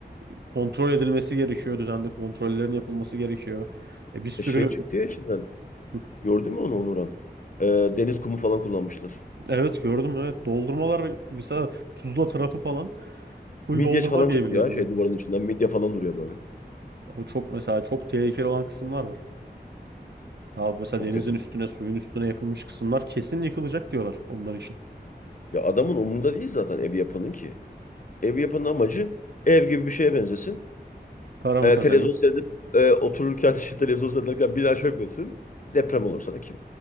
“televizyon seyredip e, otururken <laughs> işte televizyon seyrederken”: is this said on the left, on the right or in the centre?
Left